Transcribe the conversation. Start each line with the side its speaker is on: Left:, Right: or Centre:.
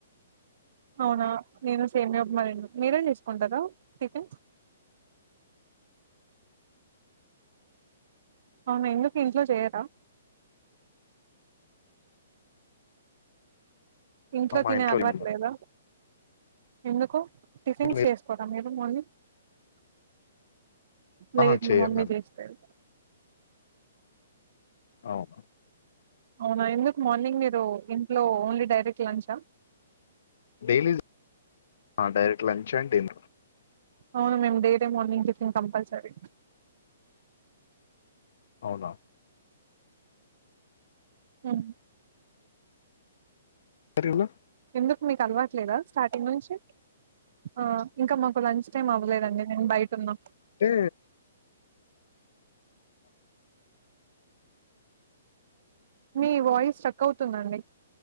Right: అవునా నేను సేమ్యా ఉప్మా తిన్న మీరేం చేసుకుంటారు టిఫిన్ అవున ఎందుకు ఇంట్లో చేయరా
Left: ఆ,
Right: ఇంట్లో
Left: మా
Right: తినే అలవట్లేద
Left: తిన్నారు.
Right: ఎందుకు టిఫిన్స్
Left: మీరు
Right: చేసుకోర మీరు మార్నింగ్ లేదు
Left: ఆ చేయం
Right: మా మమ్మీ
Left: మేము
Right: చేస్తాది <inaudible>
Left: అవును
Right: అవునా, ఎందుకు మార్నింగ్ మీరు ఇంట్లో ఓన్లీ డైరెక్ట్ లంచా
Left: డైలీ ఆ డైరెక్ట్ లంచ్ అండ్ డిన్నర్
Right: అవును మేమ్ డైలీ మార్నింగ్ టిఫిన్ కంపల్సరీ
Left: అవునా
Right: హ్మ్
Left: సరే ఇవ్వు
Right: ఎందుకు మీకు అలవట్లేదా స్టార్టింగ్ నుంచి ఆ ఇంకా మాకు లంచ్ టైమ్ అవ్వలేదండి నేన్ బయట ఉన్నా
Left: టే
Right: మీ వాయిస్ స్ట్రక్ అవుతుందండి